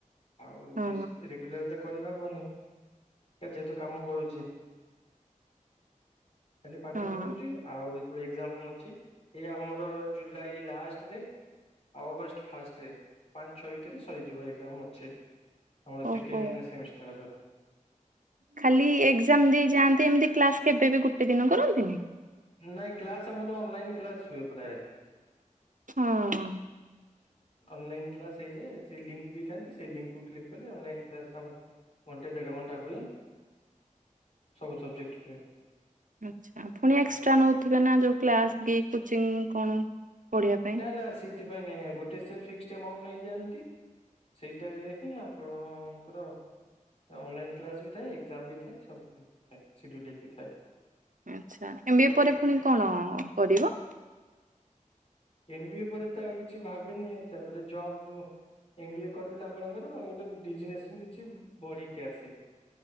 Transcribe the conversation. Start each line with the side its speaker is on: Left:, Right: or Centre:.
Left: ଆଉ
Right: ହଁ
Left: ଡ଼ିସ୍ ରେଗୁଲାର ତ କରିହବନି, ଯେହେତୁ କାମ କରୁଛି। ଖାଲି ପାଠ
Right: ହଁ
Left: ପଢୁଚି ଆଉ ଯେତେବେଳେ ଏକ୍ଜାମ ଅଛି ଏ ଆମର ଜୁଲାଇ ଲାଷ୍ଟରେ ଆଉ ଅଗଷ୍ଟ ଫାଷ୍ଟରେ ପାଞ୍ଚ ଛଅ ଭିତରେ ସରିଯିବ ଏକ୍ଜାମ ଅଛି। ଆମର Second
Right: ଓହୋ।
Left: semester.
Right: ଖାଲି ଏକ୍ଜାମ ଦେଇ ଯାଆନ୍ତି ଏମିତି କ୍ଲାସ କେବେ ବି ଗୋଟେ ଦିନ କରନ୍ତିନି?
Left: ନାହିଁ କ୍ଲାସ୍ ଆମର ଅନଲାଇନ୍ କ୍ଲାସ୍ ହୁଏ ପ୍ରାୟ।
Right: ହଁ।
Left: ଅନଲାଇନ୍ କ୍ଲାସ ହେଇଯାଏ ସେ ଲିଙ୍କ୍ ଦେଇଥାନ୍ତି ସେ ଲିଙ୍କ୍ କୁ କ୍ଳିକ୍ କଲେ ଅନଲାଇ କ୍ଲାସ ଆମର ଘଣ୍ଟେ ଦେଢଘଣ୍ଟା ହୁଏ ସବୁ ସବଜେକ୍ଟ ହୁଏ।
Right: ଆଚ୍ଛା ଫୁଣି ଏକ୍ସଟ୍ରା ନେଉଥିବେ ନା ଯେଉଁ କ୍ଲାସ୍ କି କୋଚିଂ କଣ। ପଢିବା ପାଇଁ
Left: ନା ନା ସେଥିପାଇଁ ନାଇଁ ଆ ଗୋଟେ ସେ ଫିକ୍ସଡ୍ ଏମାଉଣ୍ଟ ନେଇଯାଆନ୍ତି ସେଇଟାରେ ହିଁ ଆପ୍ ପଣଙ୍କର ଅନଲାଇନ୍ କ୍ଲାସ ବି ଥାଏ ଏକ୍ଜାମ ବି ଥାଏ ସବୁ ଥାଏ ସିଡୁଲ ଟାଇପ୍ ର ଥାଏ।
Right: ଆଚ୍ଛା ଏମ୍ ବି ଏ ପରେ ଫୁଣି କଣ କରିବ?
Left: ଏମ ବି ପରେ ତ ଆଉ କିଛି ଭାବିନି ତାପରେ ଜବ୍ ଏମ୍ ବି ଏ କରିଦେଲେ ଆପଣଙ୍କର ଗୋଟେ ଡିଜିନେସନ କିଛି ବଢିକି ଆସେ।